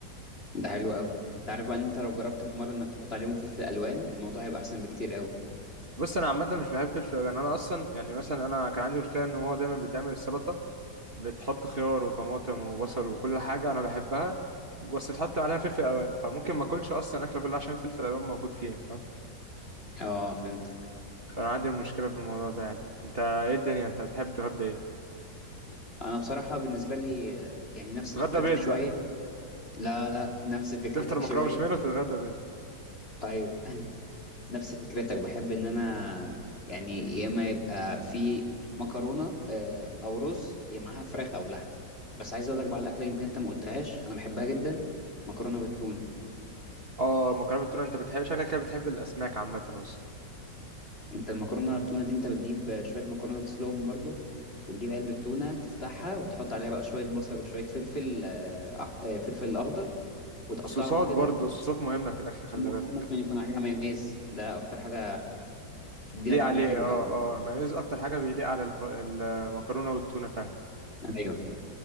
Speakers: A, on the left (about 30°); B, on the right (about 35°).
A: ده حلو قوي انت عارف بقى ان انت لو جربت في مرة انك تحط عليهم فلفل الوان الموضوع هيبقى احسن بكتير قوي
B: بص أنا عامة مش بحب فلفل ألوان أنا أصلا يعني مثلا أنا كان عندي مشكلة إن ماما دايما بتعمل السلطة بتحط خيار وطماطم وبصل وكل حاجة أنا بحبها بس تحط عليها فلفل ألوان فممكن ما أكلش أصلا أكلة كلها عشان فلفل ألوان موجود فيها فاهم
A: اه فهمتك
B: فأنا عندي مشكلة في الموضوع ده يعني أنت إيه الدنيا أنت بتحب تتغدى إيه؟
A: انا بصراحة بالنسبة لي آه، يعني نفس
B: تتغدى
A: فكرتك
B: بيض
A: شوية
B: بقى
A: لا لا نفس فكرتك
B: تفطر مكرونه
A: شوية
B: بشاميل وتتغدى بيض
A: ايوه <laughs> نفس فكرتك بحب ان انا يعني يا اما يبقى في مكرونه آه، او رز يا معاها فراخ او لحم بس عايز اقول لك بقى على الاكله يمكن انت ما قلتهاش انا بحبها جدا مكرونه بالتونه
B: اه مكرونه بالتونه انت بتحب شكلك كده بتحب الاسماك عامه اصلا
A: انت المكرونه بالتونه دي انت بتجيب شويه مكرونه تسلقهم برضو وتجيب علبه تونه تفتحها وتحط عليها بقى شويه بصل وشويه فلفل آه، أح... آه، فلفل اخضر وتقطعهم
B: والصوصات
A: كده
B: برضو الصوصات مهمه في الاكل خلي
A: م-
B: بالك
A: ممكن يكون عليها مايونيز ده اكتر حاجه تديها
B: تليق
A: طعم
B: عليه
A: حلو
B: اه
A: قوي
B: اه مايونيز اكتر حاجه بيليق على الب... المكرونه والتونه فعلا
A: ايوه